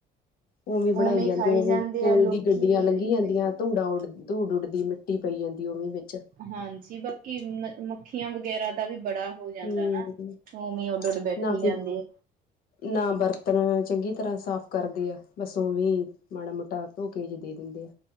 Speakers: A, on the left (about 60°); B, on the right (about 55°).
A: ਉ ਵੀ ਬਣਾਈ
B: ਉਵੇਂ
A: ਜਾਂਦੀ
B: ਖਾਈ
A: ਆ
B: ਜਾਂਦੇ
A: ਕੋਲ
B: ਲੋਕੀ
A: ਦੀ ਗੱਡੀਆਂ
B: ਵੀ
A: ਲੰਘੀ
B: ਉਹੀ
A: ਜਾਂਦੀਆਂ
B: ਖਾਈ ਜਾਂਦੇ
A: ਧੂੜਾ ਉੱਡਦੀ ਧੂੜ ਉੱਡਦੀ ਮਿੱਟੀ ਪਈ ਜਾਂਦੀ ਉਵੇਂ ਵਿੱਚ
B: ਹਾਂਜੀ ਬਾਕੀ ਮ ਮੱਖੀਆਂ ਵਗੈਰਾ ਦਾ ਵੀ ਬੜਾ ਹੋ ਜਾਂਦਾ
A: ਹੂੰ
B: ਨਾ, ਉਵੇਂ ਉੱਡ ਉਡ ਬੈਠੀ
A: ਨਾ ਕੋਈ
B: ਜਾਂਦੇ ਆ।
A: ਨਾ ਬਰਤਨ ਨੂੰ ਚੰਗੀ ਤਰ੍ਹਾਂ ਸਾਫ਼ ਕਰਦੇ ਆ ਬਸ ਉਵੀ ਮਾੜਾ ਮੋਟਾ ਧੋ ਕੇ ਜੇ ਦੇ ਦਿੰਦੇ ਆ।